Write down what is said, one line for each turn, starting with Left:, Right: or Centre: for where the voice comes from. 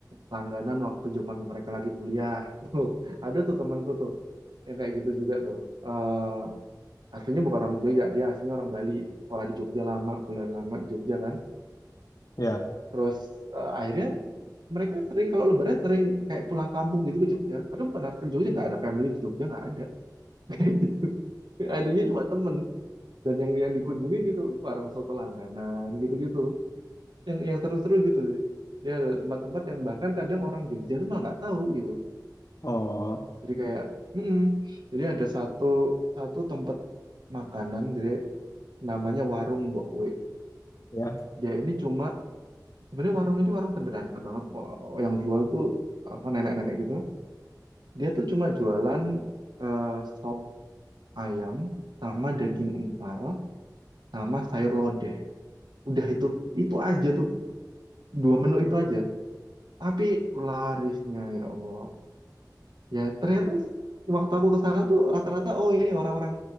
Right: langganan waktu zaman mereka lagi kuliah. <laughs> Tuh, ada tuh temanku tuh yang kayak gitu juga tuh. Eh, aslinya bukan orang Jogja, dia aslinya orang Bali, sekolah di Jogja lama, kuliah lama di Jogja kan.
Left: Ya,
Right: Terus eh, akhirnya mereka sering kalau lebaran sering kayak pulang kampung gitu ke Jogja. Padahal bukan arti Jogja nggak ada family di Jogja nggak ada. <laughs> Kayak gitu. Adanya cuma temen dan yang yang dikunjungin gitu warung soto langganan gitu-gitu. Yang yang seru-seru gitu sih. Dia ada tempat-tempat yang bahkan kadang orang Jogja tuh malah nggak tahu gitu.
Left: oh,
Right: Jadi kayak, mm-mm. Jadi ada satu satu tempat makanan jadi namanya warung Mbok We.
Left: ya,
Right: Dia ini cuma sebenarnya warung ini warung sederhana banget. Wah, Yang jual tuh apa nenek-nenek gitu Dia tuh cuma jualan eh, sop ayam sama daging empal sama sayur lodeh. Udah itu itu aja tuh dua menu itu aja. Tapi larisnya ya Allah. Ya ternyata waktu aku ke sana tuh rata-rata oh ini orang-orang